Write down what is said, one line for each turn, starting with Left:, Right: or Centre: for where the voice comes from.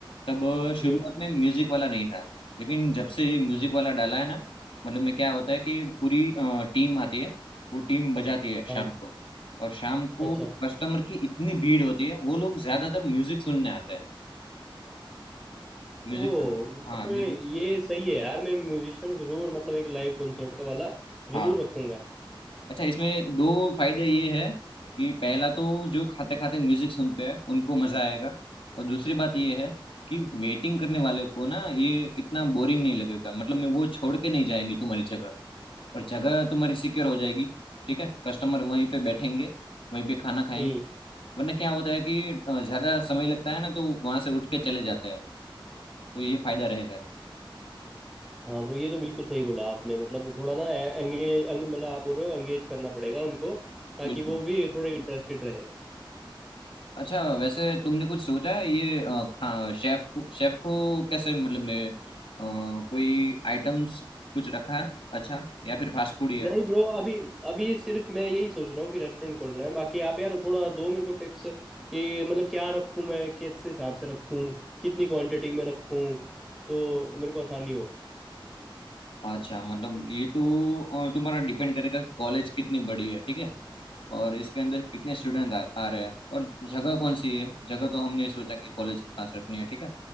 Left: तब अ, शुरुआत
Centre: हम्म
Left: में म्यूजिक वाला नहीं था लेकिन जब से ये म्यूजिक वाला डाला है ना मतलब में क्या होता है कि पूरी टीम आती है वो टीम बजाती है शाम
Centre: हाँ
Left: को और शाम को
Centre: अच्छा
Left: कस्टमर की इतनी भीड़ होती है वो लोग ज्यादातर म्यूजिक सुनने आते हैं म्यूजिक
Centre: ओ तब
Left: हाँ
Centre: तो
Left: म्यूजिक
Centre: ये सही है यार मैं म्यूजिशियन जरूर मतलब एक लाइव कॉन्सर्ट का वाला जरूर
Left: हाँ
Centre: रखूंगा
Left: अच्छा इसमें दो फायदे ये है कि पहला तो जो खाते खाते म्यूजिक सुनते हैं उनको मजा आएगा और दूसरी बात ये है कि वेटिंग करने वालों को ना ये इतना बोरिंग नहीं लगेगा मतलब मैं वो छोड़ के नहीं जाएंगे तुम्हारी जगह और जगह तुम्हारी सिक्योर हो जाएगी ठीक है कस्टमर वहीं पे बैठेंगे वहीं पे खाना खाएंगे
Centre: हम्म
Left: वरना क्या होता है कि अ, ज्यादा समय लगता है ना तो वहां से उठ के चले जाते हैं तो ये फायदा रहेगा
Centre: हाँ ब्रो ये तो बिल्कुल सही बोला आपने मतलब थोड़ा ना एंगेज अंग, मतलब आप बोल रहे हो एंगेज करना पड़ेगा उनको ताकि
Left: बिल्कुल
Centre: वो भी थोड़े इंटरेस्टेड रहे
Left: अच्छा वैसे तुमने कुछ सोचा है ये अ, खा शेफ को शेफ को कैसे मतलब मैं अ, कोई आइटम्स कुछ रखा है अच्छा या फिर फास्ट फूड ही है
Centre: नहीं ब्रो अभी अभी सिर्फ मैं यही सोच रहा हूँ कि रेस्टोरेंट खोलना है बाकी आप यार थोड़ा दो मेरे को टिप्स कि मतलब क्या रखूँ मैं किस हिसाब से रखूँ कितनी क्वांटिटी में रखूँ तो मेरे को आसानी हो
Left: अच्छा मतलब ये तो अ, तुम्हारा डिपेंड करेगा कि कॉलेज कितनी बड़ी है ठीक है और इसके अंदर कितने स्टूडेंट आ, आ रहे हैं और जगह कौन सी है जगह तो हमने सोचा कि कॉलेज के पास रखनी है ठीक है